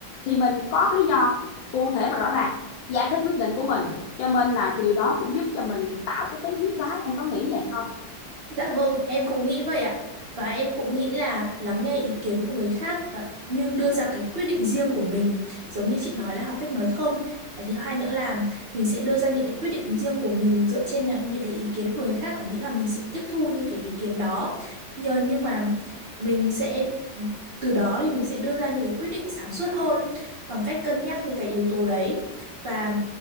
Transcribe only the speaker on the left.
thì mình có cái lý do cụ thể và rõ ràng giải thích quyết định của mình cho nên là cái điều đó cũng giúp cho mình tạo cái tính quyết đoán em có nghĩ vậy không